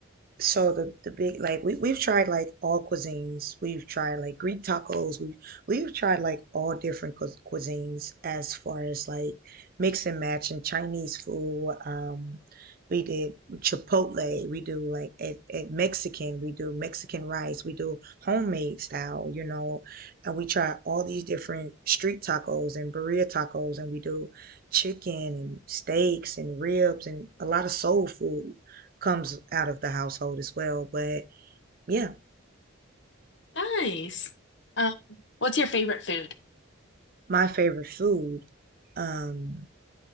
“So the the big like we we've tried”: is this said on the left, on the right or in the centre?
Right